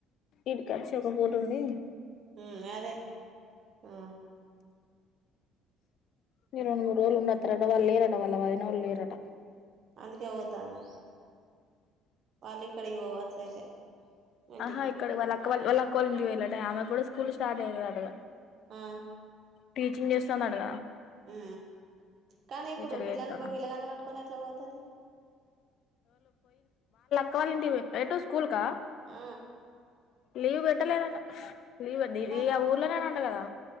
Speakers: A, on the left (about 60°); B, on the right (about 55°).
A: ఇడికచ్చి ఒక్ పూటోంది
B: ఉ అదే ఆ
A: మీ రెండు మూడు రోజులు ఉన్న తారట వాళ్ళురట వాళ్ళ పదిన వాళ్ళురట
B: అందుకే పోతానే పాల క్కడవ వస అయితే ఇంటికి
A: ఆహా ఇక్కడ వ వెళ్ళక్కవాలిడి వెళ్ళటే ఆమె కూడా స్కూల్ స్టార్ట్ అయిారు అటగా
B: ఆ
A: టీచింగ్ చేస్తా నద
B: ఉ కానీ ఇప్పుడు
A: టీచర్గా
B: పిల్లలను
A: చేస్తాదా
B: పిల్లగాని పట్టుకొని ఎట్లా పోతుంది
A: కావాలంటి రటో స్కూల్ కా
B: ఆ
A: లీవ్ పెట్టలేదంట లీవ్ అండి ఇది
B: మరి
A: ఆ ఊరులోనే కదా